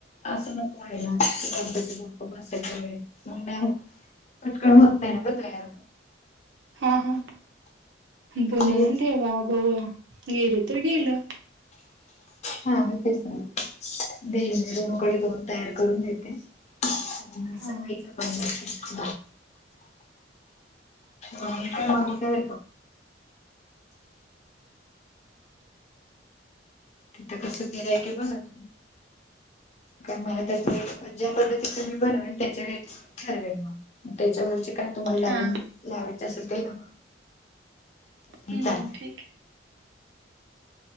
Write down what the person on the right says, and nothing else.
हा हा
बनवून ठेवा बऊया गेले तर गेलं
हा
हा
हम्म
ठीक आहे.